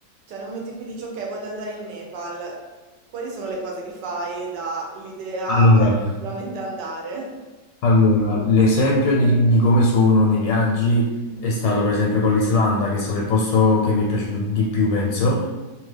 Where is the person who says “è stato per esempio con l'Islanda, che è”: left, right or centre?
Left